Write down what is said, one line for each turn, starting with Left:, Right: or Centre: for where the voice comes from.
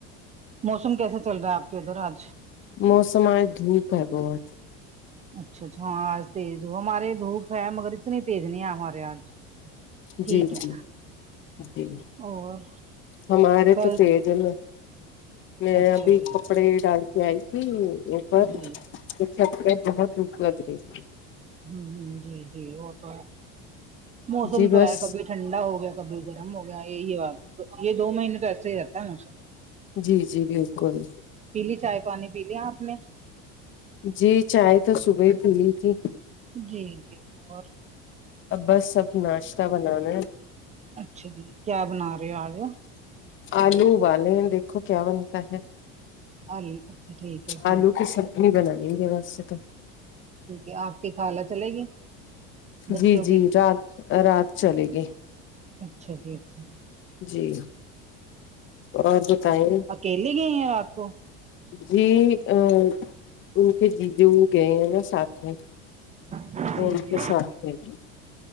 Right: موسم کیسے چل رہا ہے آپ کے ادھر آج
Left: موسم آج دھوپ ہے بہت
Right: اچھا اچھا ہاں آ تیز ہو ہمارے دھوپ ہے مگر اتنی تیز نہیں ہے ہمارے آج ٹھیک
Left: جی
Right: ہے
Left: جی جی
Right: اور
Left: ہمارے
Right: کل
Left: تو تیز ہے نا میں
Right: اچھا
Left: ابھی
Right: جی
Left: کپڑے ڈال کے آئی تھی اوپر
Right: جی
Left: شکریت بہت البد رہی تھی <unintelligible>
Right: ہمم ہمم جی جی وہ تو ہے موسم
Left: جی
Right: تو
Left: بس
Right: ہے کبھی ٹھنڈا ہو گیا کبھی گرم ہو گیا یہی اب یہ دو مہینے تو ایسے ہی رہتا ہے موسم
Left: جی جی بالکل
Right: پی لی چائے پانی پی لیا آپ نے
Left: جی چائے تو صبح ہی پی لی تھی
Right: جی جی اور
Left: اب بس سب ناشتہ بنانا ہے
Right: اچھا جی کیا بنا رہے ہو آج
Left: آلو ابالے ہے دیکھو کیا بنتا ہے
Right: آلو اچھا ٹھیک ہے جی
Left: آلو کی سبزی بنانی ہے ویسے تو
Right: ٹھیک ہے آپ کی خالہ چلے گی بچوں
Left: جی
Right: کی
Left: جی رات رات چلے گی
Right: اچھا جی اچھا
Left: جی اور بتائیں
Right: اکیلی گئی ہیں رات کو
Left: جی ا ان کے جی جو بھی گئے ہیں نا ساتھ میں
Right: جی
Left: اور انکے
Right: جی
Left: ساتھ گئے تھے